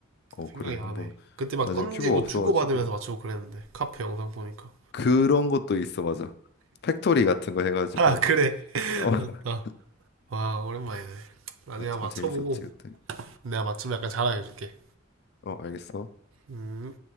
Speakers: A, on the left (about 50°); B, on the right (about 70°).
A: 어
B: 생각이
A: 그래
B: 나네.
A: 한번
B: 그때 막
A: 나중에
B: 던지고
A: 큐브가 없어가지고
B: 주고받으면서 맞추고 그랬는데, 카페 영상 보니까.
A: 그런 것도 있어 맞아 팩토리 같은 거 해가지고
B: 아, 그래. <laughs>
A: 어 <laughs>
B: 맞다. 와, 오랜만이네. 나중에
A: 참
B: 한번 맞춰보고,
A: 재밌었지 그때
B: 내가 맞추면 약간 자랑해줄게.
A: 어 알겠어
B: 음.